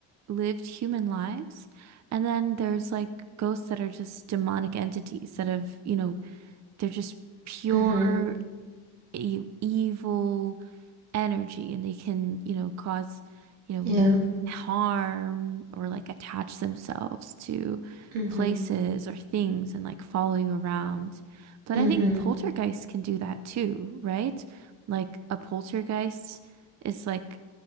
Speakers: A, on the right; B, on the right.
A: lived human lives, and then there's like ghosts that are just demonic entities that have, you know, they're just pure
B: <laughs> hmm
A: e evil energy and they can, you know, cause, you know,
B: Yeah.
A: harm or like attach themselves to
B: hmm
A: places or things and like follow you around. But
B: hmm
A: I think poltergeists can do that too, right? Like a poltergeist is like